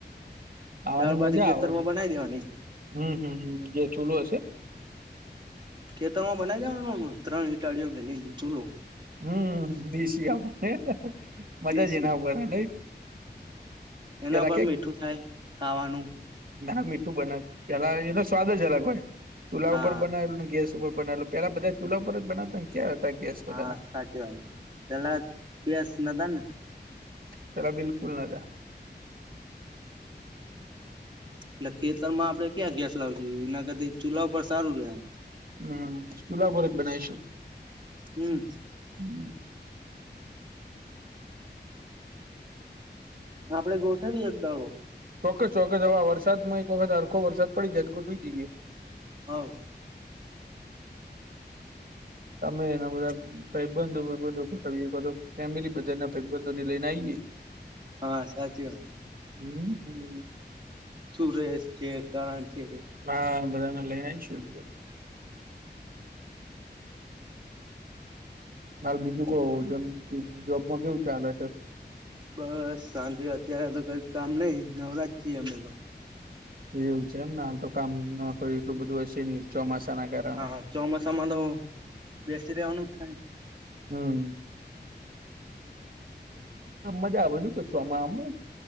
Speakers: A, on the right (about 55°); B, on the right (about 25°).
A: ખાવાની
B: દાળબાટી
A: મજા
B: ખેતરમાં
A: આવે એમ
B: બનાવી દેવાની
A: હમ્મ હમ્મ હમ્મ જે ચૂલો છે
B: ખેતર માં બનાઈ જવાનુંને ત્રણ ઇટાળીઓ મે લઈને ચૂલો
A: હમ્મ દેશિ આપ હે મજા
B: દેશી
A: જ એના ઉપરા
B: હા. એના
A: પેલા
B: પર
A: કે
B: મીઠું થાય ખાવાનું
A: ના મીઠું બનાવે પેલા એનો સ્વાદ જ અલગ હોય ચૂલા
B: હા
A: ઉપર બનાવેલુ ગેસ બનાલ પેલા બધા ચૂલા ઉપર જ બનાવતા ક્યાં હતા ગેસ બધા
B: હા
A: ના
B: સાચી વાત પેલા ગેસ નતા ને
A: પેલા બિલકુલ ન હતા
B: એટલે ખેતરમાં આપડણે ક્યાં ગેસ લાવીશું એના કર ચૂલા ઉપર સારું રે એમ
A: હમ્મ ચૂલા ઉપર જ બનાવીશું
B: હમ્મ
A: હમ્મ
B: આપડે ગોઠવી એક દાડો
A: ચોક્કસ ચોક્કસ હવે વરસાદમાં એક વખત હરખો વરસાદ પડી જદગુઠવી જઈએ
B: હવ
A: <inaudible> તમે એના બધા ભાઈબંધો ભબંધો ફેમિલી બધા ના ભાઈબંધો ને લઈને આઈએ
B: હા સાચી વાત
A: હમ છેને
B: સુરેશ છે કરણ છે.
A: હા બધાને લઈને આવશું. હાલ બીજું ક જેમ જોબમાં કેવું ચાલે છે
B: બસ શાંતિ અત્યારે તો કઈક કામ નઈ નવરાજ છીએ અમે તો.
A: એવું છે એમને આ તો કામમાં કો એટલું બધું હશે નહી ચોમાસા ના કારણે
B: હા ચોમાસામાં તોબેસીરેવાનુ થાય.
A: હમ. મજા આવે શું કેશો આમાં આમને